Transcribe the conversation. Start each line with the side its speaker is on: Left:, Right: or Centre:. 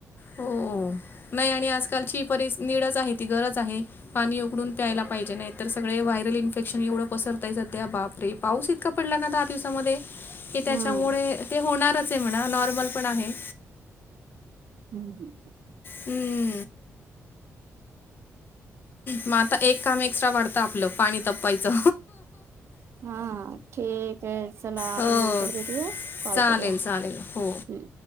Left: हो नाही आणि आजकालची परि नीडच आहे, ती गरज आहे. पाणी उकडून प्यायला पाहिजे नाही तर सगळे व्हायरल इन्फेक्शन एवढं पसरतय सध्या बापरे! पाऊस इतका पडला ना दहा दिवसामध्ये की त्याच्यामुळे
Right: हम्म
Left: ते होणारच आहे म्हणा, नॉर्मल पण आहे.
Right: हुं हुं ह
Left: हुं मग आता एक काम एक्स्ट्रा वाढतं आपलं पाणी तापवायचं
Right: हा ठीक आहे चला
Left: हो
Right: आपण नंतर भेटूया, कॉल
Left: चालेल
Right: करूया.
Left: चालेल हो
Right: हम्म